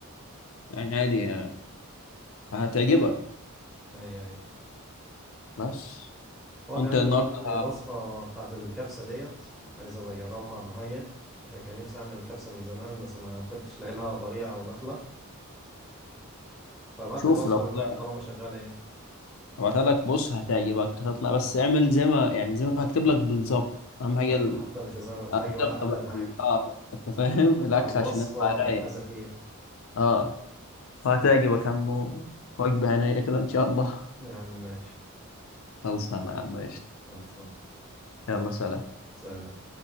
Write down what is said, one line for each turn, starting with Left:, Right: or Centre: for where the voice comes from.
Left: يعني عادي هتعجبك
Centre: ايوه ايوه
Left: بس
Centre: طب
Left: انت
Centre: يا عم
Left: النهارده
Centre: ابعت لي الوصفه بتاعت الكبسه ديت عايز ابقى اجربها ولا حاجه عشان كان نفسي اعمل كبسه من زمان بس ما كنتش لاقي لها طريقه او دخله فابعت
Left: شوف
Centre: لي الوصفة
Left: لو
Centre: اللي
Left: كده
Centre: معاك طالما شغالة يعني
Left: هبعتها لك بص هتعجبك هتطلع بس اعمل زي ما يعني زي ما هكتب لك بالظبط اهم حاجه
Centre: يا عم
Left: ال-
Centre: حتى مش هزود حاجة
Left: الدقه
Centre: ولا هقلل
Left: بقى
Centre: حاجة
Left: في ال- اه انت فاهم <laughs> الاكل
Centre: على الوصفة
Left: عشان يطلع رايق
Centre: بالحذافير
Left: اه فهتعجبك يا عم وجبه هنيه كده ان شاء الله
Centre: يا عم ماشي
Left: خلصانه يا عم قشطة.
Centre: خلصان
Left: يلا سلام
Centre: سلام